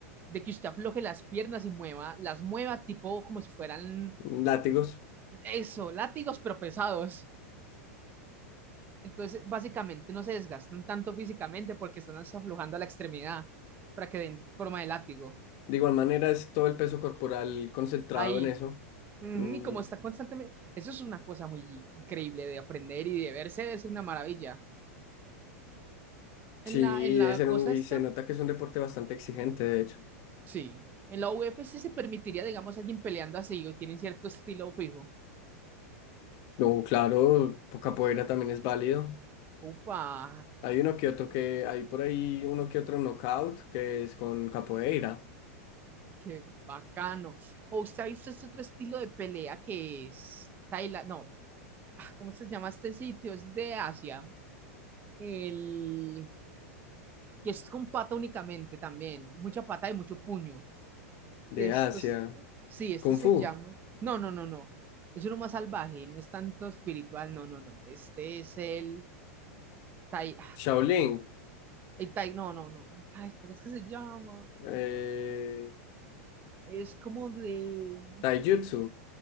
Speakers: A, on the right; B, on the left.
A: de que usted afloje las piernas y mueva, las mueva tipo como si fueran
B: Mm, látigos.
A: eso, látigos, pero pesados. Entonces, básicamente no se desgastan tanto físicamente porque están aflojando a la extremidad para que den forma de látigo.
B: De igual manera es todo el peso corporal concentrado
A: Ahí.
B: en eso.
A: Ujú,
B: Mm,
A: Y como está constantemente, eso es una cosa muy increíble de aprender y de verse, es una maravilla.
B: sí,
A: En
B: y,
A: la, en la
B: debe ser
A: cosa
B: un- y
A: esta,
B: se nota que es un deporte bastante exigente, de hecho.
A: sí. En la UFC se permitiría, digamos, alguien peleando así o tienen cierto estilo fijo.
B: No, claro, pues, capoeira también es válido.
A: Upa,
B: Hay uno que otro que, hay por ahí uno que otro knockout que es con capoeira
A: qué bacano. O usted ha visto este otro estilo de pelea que es Tailandia, no, ¿cómo se llama este sitio? Es de Asia. El que es con pata únicamente también, mucha pata y mucho puño.
B: de
A: Esto
B: Asia,
A: es- sí, este
B: Kung
A: se
B: Fu,
A: llama. No, no, no, no. Es uno más salvaje, no es tanto espiritual, no, no, no. Este es el Tai,
B: Shaolin,
A: el tai, no, no, no. Ay, ¿cómo es que se llama?
B: eh,
A: Es como de
B: Taijutsu.